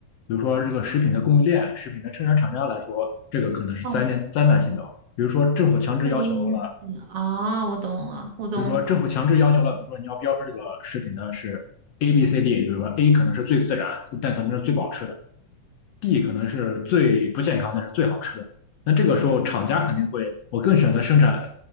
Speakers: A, on the left; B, on the right.
A: 比如说这个食品的供应链、食品的生产厂家来说，这个可能是灾难灾难性的哦比如说政府强制要求了，
B: 哦，这个意思。哦，我懂了，我懂你。
A: 比如说政府强制要求了，比如说你要标志这个食品呢是 A、B、C、D，比如说 A 可能是最自然，但可能是最保好吃的；D 可能是最不健康，但是最好吃的。那这个时候，厂家肯定会，我更选择生产。